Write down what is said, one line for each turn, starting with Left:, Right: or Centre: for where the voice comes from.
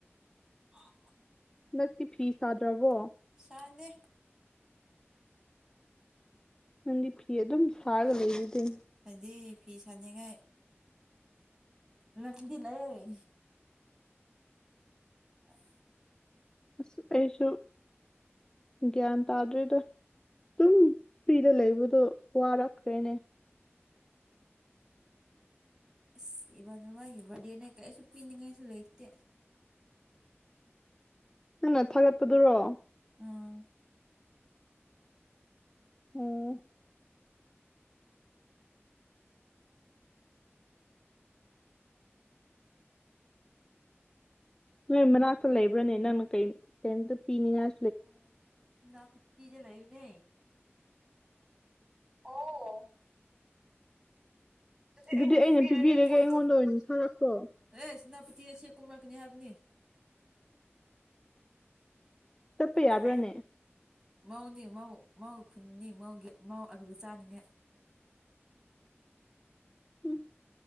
Right: <unintelligible>
Left: ꯍꯟꯗꯛꯇꯤ ꯐꯤ ꯁꯥꯗ꯭ꯔꯕꯣ꯫
Right: ꯁꯥꯅꯦ꯫
Left: ꯅꯪꯗꯤ ꯐꯤ ꯑꯗꯨꯝ ꯁꯥꯔꯒ ꯂꯩꯗꯨꯗꯤ꯫
Right: ꯍꯥꯏꯗꯤ ꯐꯤ ꯁꯥꯅꯤꯡꯉꯥꯏ ꯂꯪꯗꯤ ꯂꯩꯌꯦ꯫ <unintelligible>
Left: ꯑꯁ ꯑꯩꯁꯨ ꯒ꯭ꯌꯥꯟ ꯇꯥꯗ꯭ꯔꯤꯗ꯫ ꯑꯗꯨꯝ ꯐ꯭ꯔꯤꯗ ꯂꯩꯕꯗꯣ ꯋꯥꯔꯛꯈ꯭ꯔꯦꯅꯦ꯫
Right: ꯑꯁ ꯏꯕꯥꯅꯨꯕꯥꯒꯤ ꯕꯥꯔꯗꯦꯅꯦ ꯀꯩꯁꯨ ꯄꯤꯅꯤꯡꯉꯥꯏꯁꯨ ꯂꯩꯇꯦ꯫
Left: ꯅꯪꯅ ꯊꯥꯒꯠꯄꯗꯨꯔꯣ꯫
Right: ꯎꯝ
Left: ꯎꯝ ꯅꯣꯏ ꯃꯅꯥꯛꯇ ꯂꯩꯕ꯭ꯔꯅꯦ ꯅꯪꯅ ꯀꯩ ꯀꯩꯝꯇ ꯄꯤꯅꯤꯡꯉꯥꯏ
Right: ꯅꯥ ꯐꯨꯇꯤꯦ ꯂꯌꯨ ꯅ ꯑꯣ <unintelligible>
Left: ꯑꯗꯨꯗꯤ ꯑꯩꯅ ꯄꯤꯕꯤꯔꯒꯦ ꯑꯩꯉꯣꯟꯗ ꯑꯣꯏꯅ ꯊꯥꯔꯛꯈ꯭ꯔꯣ
Right: ꯑꯦꯁ ꯁꯦꯅꯥꯄꯇꯤꯗ ꯆꯦ ꯀꯨꯝꯔꯛꯀꯅꯤ ꯍꯥꯏꯕꯅꯤ꯫
Left: ꯆꯠꯄ ꯌꯥꯕ꯭ꯔꯅꯦ꯫
Right: ꯅꯅꯦ ꯃꯧꯅꯤ ꯃꯧ ꯃꯧ ꯈꯨꯟꯅꯤ ꯃꯧꯒꯤ ꯃꯧ ꯑꯔꯨ ꯆꯥꯅꯤꯡꯉꯦ꯫
Left: ꯎꯝ